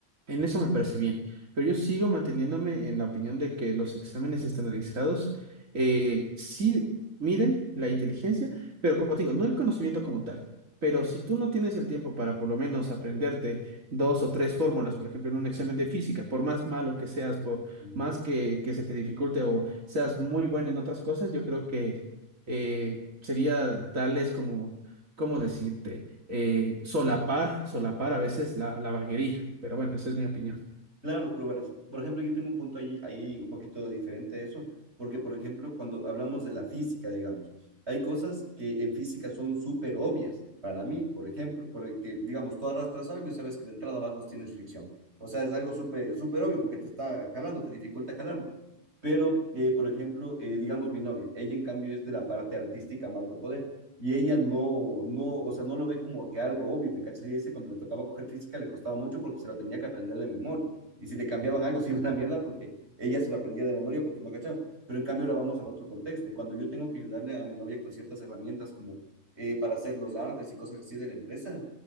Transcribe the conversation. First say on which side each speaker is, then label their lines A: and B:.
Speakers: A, on the right; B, on the right.
A: En eso me parece bien. Pero yo sigo manteniéndome en la opinión de que los exámenes estandarizados eh, sí miden la inteligencia, pero como te digo, no el conocimiento como tal. Pero si tú no tienes el tiempo para por lo menos aprenderte dos o tres fórmulas, por ejemplo, en un examen de física, por más malo que seas, por
B: ujú.
A: más que, que se te dificulte o seas muy bueno en otras cosas, yo creo que eh, sería darles como, ¿cómo decirte? Eh, solapar, solapar a veces la, la vaguería. Pero bueno, esa es mi opinión.
B: Claro, pero bueno, por ejemplo, yo tengo un punto ahí, ahí un poquito diferente a eso, porque por ejemplo, cuando hablamos de la física, digamos, hay cosas que en física son súper obvias para mí, por ejemplo, porque digamos, tú arrastras algo y sabes que de entrada abajo tienes fricción. O sea, es algo súper súper obvio porque te está jalando, te dificulta jalarlo. Pero, eh, por ejemplo, eh, digamos mi novia, ella en cambio es de la parte artística más no poder. Y ella no, no, o sea, no lo ve como que algo obvio, ¿me cachas? ella dice, cuando le tocaba coger física le costaba mucho porque se lo tenía que aprender de memoria y si le cambiaban algo <laughs> se iba a la mierda porque ella se lo aprendía de memoria porque no cachaba. Pero en cambio ahora vamos al otro contexto. Cuando yo tengo que ayudarle a mi novia con ciertas herramientas como eh, para hacer los artes y cosas así de la empresa,